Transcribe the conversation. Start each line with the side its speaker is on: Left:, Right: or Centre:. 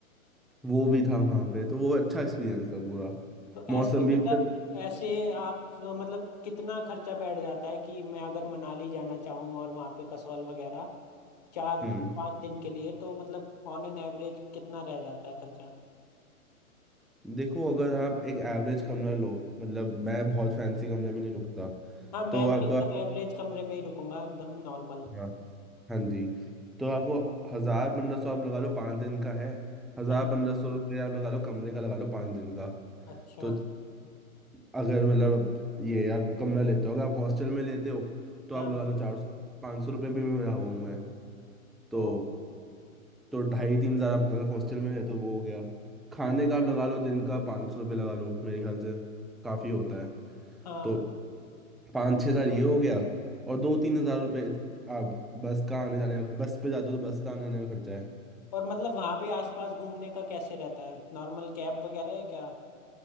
Centre: वो भी था वहाँ पे तो वो अच्छा एक्सपीरियंस था पूरा
Left: तो ऐसे
Centre: मौसम भी
Left: मतलब ऐसे आप मतलब कितना खर्चा बैठ जाता है कि मैं अगर मनाली जाना चाहूँ और वहाँ पे कसौल वगैरह चार
Centre: हम्म
Left: पाँच दिन के लिए तो मतलब ऑन एन एवरेज कितना रह जाता है खर्चा
Centre: देखो अगर आप एक एवरेज कमरा लो मतलब मैं बहुत फैंसी कमरे में नहीं रुकता
Left: हाँ मैं
Centre: तो आपका
Left: भी एकदम एवरेज कमरे में ही रुकूंगा एकदम नॉर्मल
Centre: हाँ हाँ जी तो आपको हजार पंद्रह सौ आप लगा लो पाँच दिन का है हजार
Left: हाँ
Centre: पंद्रह सौ रुपये आप लगा लो कमरे का लगा लो पाँच दिन का
Left: अच्छा
Centre: तो अगर मतलब ये आप कमरा लेते हो अगर आप हॉस्टल में लेते हो तो
Left: हाँ
Centre: आप लगा लो चार सौ पाँच सौ रुपये भी में रहा हुआ हूँ मैं तो
Left: ओ
Centre: तो ढाई तीन हज़ार आप अगर हॉस्टल में रहे तो वो हो गया खाने का आप लगा लो दिन का पाँच सौ रुपये लगा लो मेरे ख्याल से काफ़ी होता है
Left: हाँ
Centre: तो पाँच छः हज़ार ये हो गया और दो तीन हज़ार रुपये आप बस का आने जाने का बस पे जाते हो तो बस का आने जाने का खर्चा है
Left: और मतलब वहाँ पे आसपास घूमने का कैसे रहता है नॉर्मल कैब वगैरह है क्या